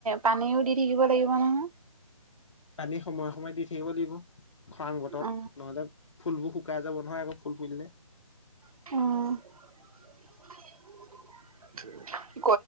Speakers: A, on the right; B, on the left.
A: পানীও দি থাকিব লাগিব নহয়?
B: পানী সময়ে সময়ে দি থাকিব লাগিব খৰাং বতৰত
A: অ
B: নহ'লে ফুলবোৰ শুকাই যাব নহয় আকৌ ফুল ফুলিলে।
A: উম।